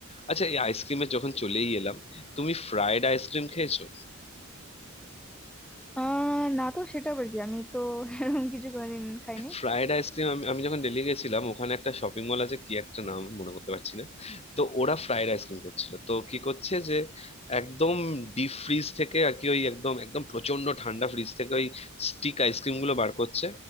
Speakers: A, on the left; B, in the centre.
A: আচ্ছা এই আইসক্রিমে যখন চলেই এলাম তুমি ফ্রাইড আইসক্রিম খেয়েছো
B: আহ না তো সেটা আবার কি আমি তো এরকম কিছু কোনোদিন খাইনি
A: Fried ice cream আমি আমি যখন দিল্লি গেছিলাম ওখানে একটা শপিং মল আছে কি একটা নাম মনে করতে পারছি না তো ওরা ফ্রাইড আইসক্রিম করছিল তো কি করছে যে একদম ডিপ ফ্রিজ থেকে আর কি ওই একদম একদম প্রচন্ড ঠান্ডা ফ্রিজ থেকে ওই স্টিক আইসক্রিম গুলো বার করছে